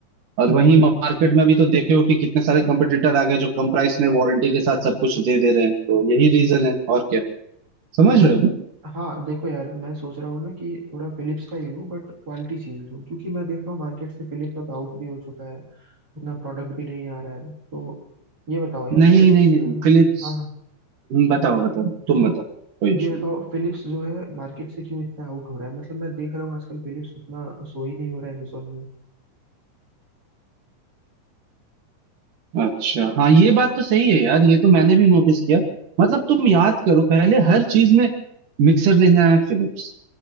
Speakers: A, on the right; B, on the right.
A: और वहीं मार्केट में अभी तो देखे हो कि कितने सारे कंपटीटर आ गए जो कम प्राइस में वारंटी के साथ सब कुछ दे दे रहे हैं तो यही रीजन है और क्या समझ रहे हो
B: हाँ देखो यार मैं सोच रहा हूँ ना कि थोड़ा फिलिप्स का ही लूँ बट क्वालिटी चीज़ लूँ क्योंकि मैं देख रहा हूँ मार्केट से फिलिप्स अब आउट भी हो चुका है उतना प्रोडक्ट भी नहीं आ रहा है तो ये बताओ यार
A: नहीं
B: फिलिप्स
A: नहीं नहीं, नहीं फिलिप्स
B: हाँ
A: बताओ बताओ तुम बताओ कोई इशू
B: ये बताओ फिलिप्स जो है मार्केट से क्यों इतना आउट हो रहा है मतलब मैं देख रहा हूँ आजकल फिलिप्स उतना सो ही नहीं हो रहा है अमेजोन में
A: अच्छा हाँ ये बात तो सही है यार ये तो मैंने भी नोटिस किया मतलब तुम याद करो पहले हर चीज में मिक्सर लेना है फिलिप्स